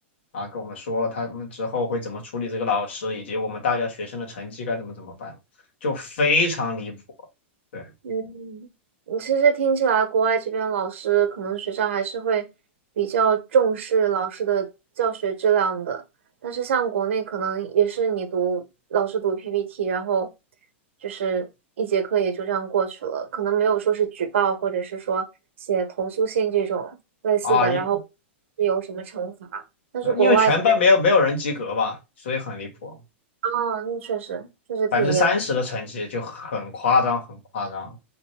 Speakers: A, on the left; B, on the right.
A: 啊，跟我们说他们之后会怎么处理这个老师，以及我们大家学生的成绩该怎么怎么办，就非常离谱，对
B: 嗯，嗯其实听起来，国外这边老师可能学校还是会比较重视老师的教学质量的，但是像国内可能也是你读老师读 PPT，然后就是一节课也就这样过去了，可能没有说是举报或者是说写投诉信这种类似的，
A: 啊，因
B: 然后是有什么惩罚，但是国外这边
A: 呃因为全班没有没有人及格嘛，所以很离谱，
B: 哦，那确实确实挺严，
A: 百分之三十的成绩就很夸张，很夸张，